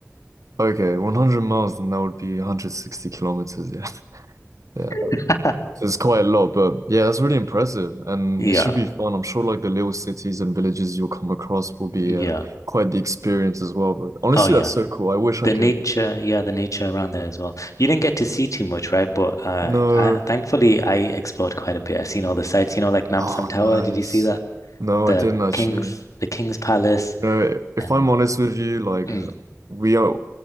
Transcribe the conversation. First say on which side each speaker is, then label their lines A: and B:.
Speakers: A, on the right; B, on the left.
A: Okay, 100 miles, then that would be 160 kilometers, yeah. <laughs> Yeah.
B: <laughs>
A: So it's quite a lot, but yeah, that's really impressive, and
B: Yeah,
A: it should be fun. I'm sure like the little cities and villages you'll come across will be
B: yeah.
A: uh, quite the experience as well. But honestly,
B: Oh, yeah.
A: that's so cool. I wish
B: The
A: I could.
B: nature, yeah, the nature around there as well. You didn't get to see too much, right? But uh,
A: No,
B: I, thankfully, I explored quite a bit. I seen all the sites, you know, like Nam
A: oh,
B: Sam Tower.
A: nice.
B: Did you see that?
A: No,
B: The
A: I didn't actually.
B: King's, the King's Palace,
A: You know, if
B: and
A: I'm honest with you, like
B: mm.
A: we are,